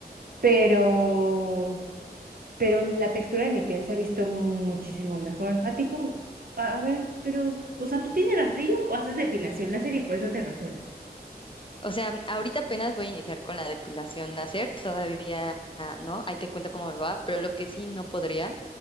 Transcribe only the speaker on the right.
pero, pero la textura de mi piel se ha visto muchísimo mejor. A ti como, a, a ver, pero, o sea, ¿tú tienes rastrillo o haces depilación láser y por eso te rasuras?